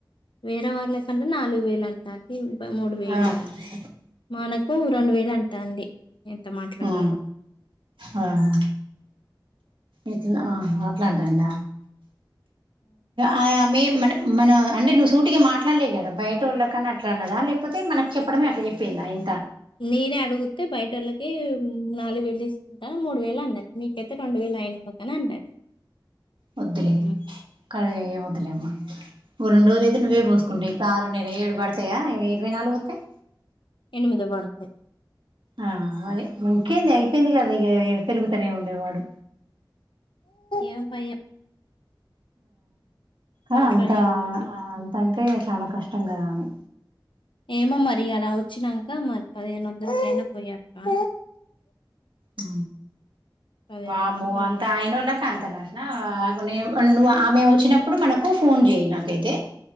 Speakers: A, on the left (about 80°); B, on the right (about 80°).
A: వేరే వాళ్ళకంటే నాలుగు వేలు అంటాంది. <unintelligible> మూడు వేలు
B: ఆ
A: మనకు రెండు వేలు అంటాంది. ఎంత మాట్లాడాలో
B: ఆ ఆహా ఇట్లా అట్లానే దండ అయ మేం మన మన అంటే నువ్వు సూటికి మాట్లాడలే కదా బయటోళ్ళకని అట్లా అన్నదా లేకపోతే మనకి చెప్పడమే అట్లా చెప్పిందా ఏం
A: నేనే అడుగుతే బయటోలక్ నాలుగు వేలు తీసుకుంటా మూడు వేలు అన్నది మీకైతే రెండు వేలు అయిన వాళ్ళకని అన్నది
B: వద్దులే
A: ఉమ్.
B: అరే వదులేమ్మ ఒక రెండు రజులు అయితే నువ్వే పోూసుకుంటాయి ఇప్పుడు ఆరు ఏడు పడతాయా ఇ ఇరవై నాలుగు వస్తాయి
A: ఎనిమిది పడతాయి
B: ఆ అది ఇంకేంది అయిపోయింది కదా ఇగా తెరుగుతూనే ఉండేవాడు
A: ఏం భయం
B: ఆ
A: నోట్లో
B: అంత
A: నీళ్ళు ఊరుతాయేమో
B: అంత అంటే చాలా కష్టం కదా అని
A: ఏమో మరి అలా వచ్చినంక మరి పదిహేను వందలకైనా పోయాక
B: ఆ
A: పదిహేను
B: వామో
A: వందలు పదమూడు
B: అంత అయనోళ్ళ కంతన నా నువ్ ఆమె వచ్చినప్పుడు మనకు ఫోన్ చెయయి నాకైతే